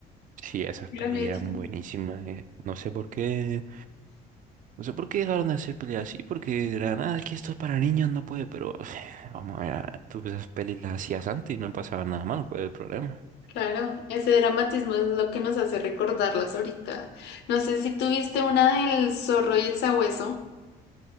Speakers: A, on the right; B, on the left.
A: Sí, esas
B: Lo
A: pelis
B: mismo.
A: eran buenísimas. eh. No sé por qué, no sé por qué dejaron de hacer pelis así, porque de la nada es que esto es para niños, no puede, pero <sighs> vamos a ver, ah, tú esas pelis las hacías antes y no pasaba nada mal, ¿cuál es el problema?
B: Claro, ese dramatismo es lo que nos hace recordarlas ahorita. No sé si tuviste una del zorro y el sabueso.